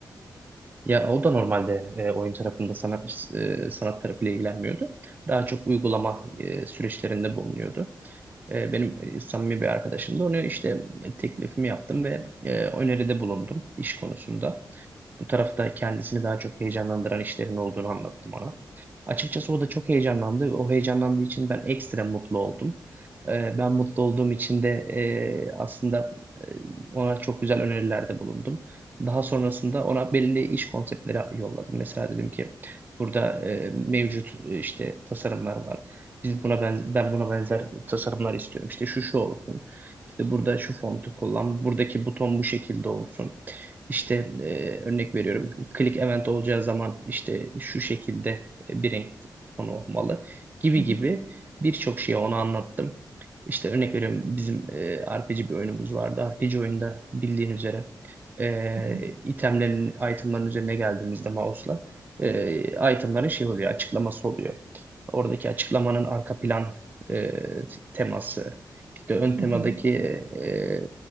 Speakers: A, on the right (about 25°); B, on the right (about 75°).
A: Ya o da normalde e, oyun tarafında sanat e, sanat tarafıyla ilgilenmiyordu. Daha çok uygulama e, süreçlerinde bulunuyordu. E, benim e, samimi bir arkadaşım da onu işte e, teklifimi yaptım ve e, öneride bulundum iş konusunda. Bu tarafta kendisini daha çok heyecanlandıran işlerin olduğunu anlattım ona. Açıkçası o da çok heyecanlandı. O heyecanlandığı için ben ekstra mutlu oldum. E, ben mutlu olduğum için de e, aslında e, ona çok güzel önerilerde bulundum. Daha sonrasında ona belli iş konseptleri yolladım. Mesela dedim ki burada e, mevcut e, işte tasarımlar var. Biz buna ben, ben buna benzer tasarımlar istiyorum. İşte şu şu olsun. İşte burada şu fontu kullan. Buradaki buton bu şekilde olsun. İşte e, örnek veriyorum. Click event olacağı zaman işte şu şekilde bir renk tonu olmalı gibi
B: Hı hı,
A: gibi birçok şeyi ona anlattım. İşte örnek veriyorum bizim e, RPG bir oyunumuz vardı. RPG oyunda bildiğin üzere e,
B: hı
A: itemlerin, itemların üzerine geldiğimizde mouse'la e, itemların şey oluyor, açıklaması oluyor. Oradaki açıklamanın arka plan e, t- teması, işte ön
B: hı,
A: temadaki
B: hı
A: e,